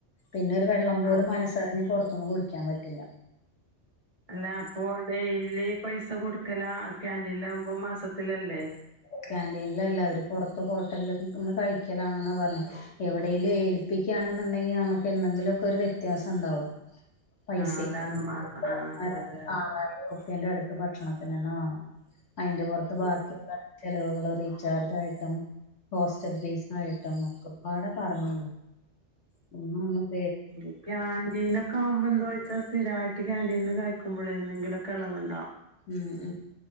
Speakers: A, on the left (about 85°); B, on the right (about 30°).
A: പിന്നെ ഒരു വെള്ളം പോലും
B: ആ
A: മനസ്സറിഞ്ഞ് പൊറത്തിന്ന് കുടിക്കാൻ പറ്റൂല്ല
B: അല്ല അപ്പൊ ഡെയിലി പൈസ കൊടുക്കല ക്യാന്റീൻ ആകുമ്പോ മാസത്തിലല്ലേ
A: ക്ന്റീനിലല്ല അവര് പൊറത്ത് ഹോട്ടലൽന്ന് കഴിക്കലാണെന്നാ പറഞ്ഞേ എവിടേലും ഏൽപ്പിക്കണ്ന്ന്ണ്ടെങ്കിൽ നമുക്ക് എന്തെങ്കിലൊക്കെ ഒരു വ്യത്യാസം ഇണ്ടാവും പൈസെക്ക്
B: ആഹ് അതാണ് മാസം ആഹ്
A: <inaudible>
B: അതെ
A: ന്റെ അടുത്ത് ഭക്ഷണത്തിനന്നെ വേണം അതിന്റെ പൊറത്ത് ബാ ചെലവുകൾ റീചാർജ് ആയിട്ടും ഹോസ്റ്റൽ ഫീസ് ആയിട്ടും ഒക്കെപാടെ പറഞ്ഞ <unintelligible>
B: ഉ ക്യാന്റീന ഒക്കെ ആവുമ്പോ എന്തോയിച്ച സ്ഥിരായിട്ട് ക്യാന്റീൽന്ന് കഴിക്കുമ്പോ എന്തെങ്കിലുംക്കെളവ്ണ്ടാവും
A: ഉം ഉം